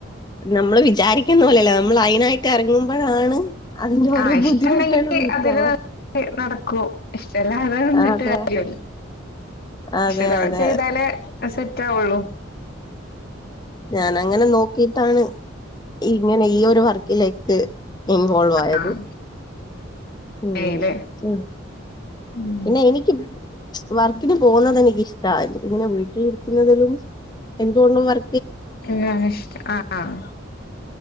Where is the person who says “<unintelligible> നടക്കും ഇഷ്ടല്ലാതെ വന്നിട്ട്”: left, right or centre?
Left